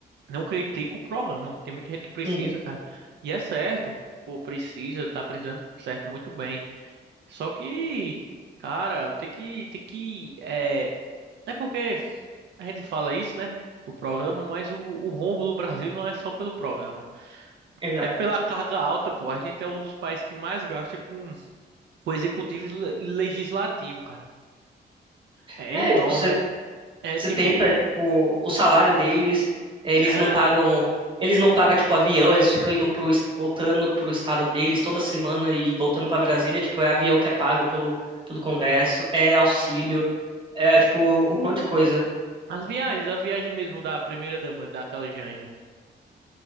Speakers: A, on the right; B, on the right.
A: Não critico o programa. Tem muita gente que precisa,
B: Uhum,
A: cara. E é certo. Pô, precisa, tá precisando, certo, muito bem. Só que, cara, tem que, tem que, é, é porque a gente fala isso, né, do programa, mas o, o rombo do Brasil não é só pelo programa.
B: exato.
A: É pela carga alta, pô. A gente é um dos países que mais gasta com, com executivo e le- legislativo, cara. É
B: É,
A: enorme.
B: tipo, você
A: É,
B: Você
A: é tipo,
B: pensa, tipo, o salário deles, eh, eles
A: é,
B: não pagam, eles não pagam, tipo, avião, eles ficam indo pro, es- voltando pro estado deles toda semana e voltando pra Brasília, tipo, é avião que é pago pelo, pelo Congresso, é auxílio, é, tipo, um monte de coisa.
A: as viagens, a viagem mesmo da primeira dama, daquela Janja.